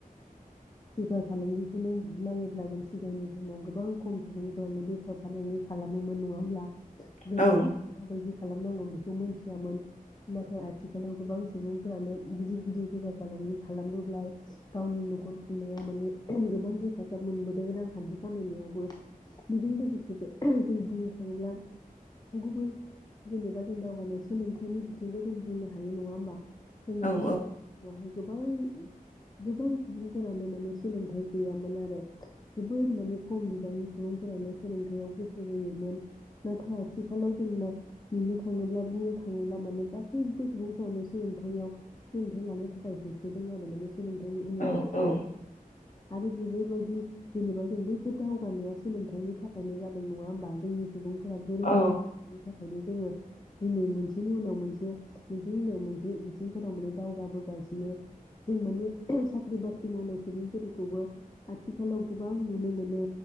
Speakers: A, on the left (about 25°); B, on the left (about 55°).
A: बेफार फालांगि खौनो नायोब्ला जों सिगांनि समाव गोबां खम सुबुंफ्रानो बेफार फालांगि खालामोमोन। नङा होमब्ला? जोंना
B: औ
A: माबायदि खालामनांगौ बेखौ मोन्थियामोन। नाथाय आथिखालाव गोबां सुबुंफोरानो गिदिर गिदिर बेफार फालांगि खालामोब्ला गावनि न'खर खुंनायाव माने गोबां हेफाजाब मोनबोदों रांखान्थि खामायनायावबो बेजों लोगोसे जों बुंनो थाङोब्ला गुबै जेनेबा जों दावगानाय सोलोंथाइनि बिथिंखौ जों बुंनो हायो नङा होमबा। जोङो
B: औ
A: सि गहाय गोबां गोबां सुबुंफोरानो माने सोलोंथाइ गैयामोन आरो जोबोद माने खम बिबांनि सुबुंफोरानो सोलोंथाइयाव गोसो होयोमोन। नाथाय आथिखालाव जोंना नुनो थाङोब्ला बुंनो थाङोब्ला माने गासैबो सुबुंफ्रानो सोलोंथाइयाव सोलोंथाइ लानो थाखाय बि <inaudible> सोलोंथाइनि उन उन
B: औ औ
A: आरो बेफोरबादि जेनेबा जों बैफोर दावगानाया सोलोंथाइनि थाखायनो जादों नङा होमबा जोंनि सुबुंफोरा गोरों
B: औ
A: गोरा थाखायनो जोङो दिनै मोनसेनि उनाव मोनसे मोनसेनि उनाव मोनसे बिथिंफोराव माने दावगाबोगासिनो जों माने साख्रि बाख्रि मावनाय सुबुंफोरखौबो आथिखालाव गोबां नुनो मोनो